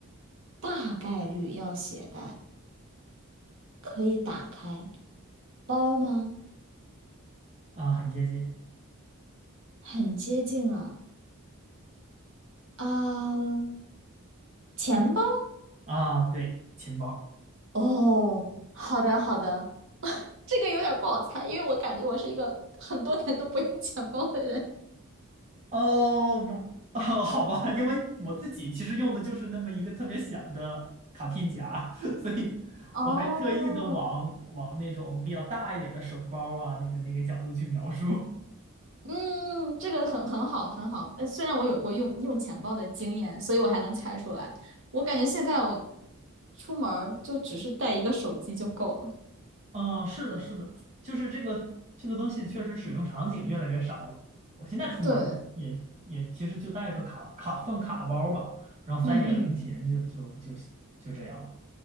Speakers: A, on the right; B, on the right.
A: 大概率要携带，可以打开。包吗？
B: 啊，很接近
A: 很接近啊，啊，钱包。
B: 啊，对，钱包。
A: 哦，好的，好的。这个有点不好猜，因为我感觉我是一个很多年都不用钱包的人。
B: 哦，我 <laughs> 哦，好吧，因为我自己其实用的就是那么一个特别小的卡片夹，<laughs> 所以我还特意的往往那种比较大一点的手包啊，
A: 哦，
B: 那个那个角度去描述。
A: 嗯，这个很很好，很好。呃，虽然我有过用用钱包的经验，所以我还能猜出来。我感觉现在我出门儿就只是带一个手机就够了。
B: 嗯，是的，是的，就是这个这个东西确实使用场景越来越少了。我现在出门儿也也其实就带个卡卡放卡包吧，
A: 对，
B: 然后塞点儿零钱就就就就这样了，
A: 嗯嗯，